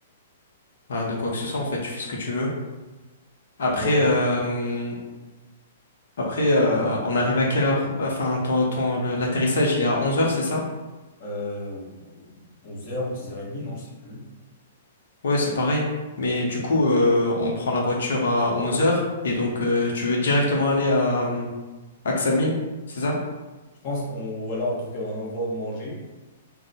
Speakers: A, on the left; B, on the left.
A: bah, de quoi que ce soit, en fait. Tu fais ce que tu veux. Après,
B: Ouais,
A: euh, après euh, on arrive à quelle heure? Enfin, ton, ton- le- l'atterrissage, il est à onze heures c'est ça?
B: euh, 11h ou 10h30, non, je sais plus.
A: Ouais, c'est pareil. Mais du coup, euh, on prend la voiture à onze heures Et donc, euh, tu veux directement aller à, euh, à Ksamil, c'est ça?
B: Je pense, on, ou alors on trouve un endroit où manger,